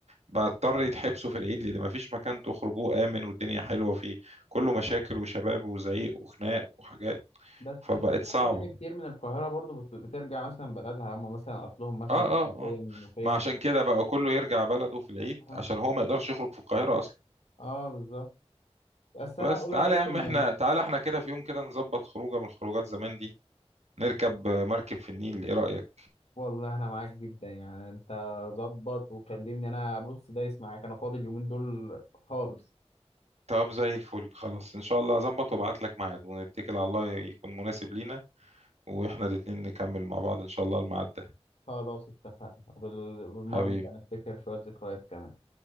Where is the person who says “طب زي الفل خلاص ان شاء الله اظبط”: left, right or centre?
Right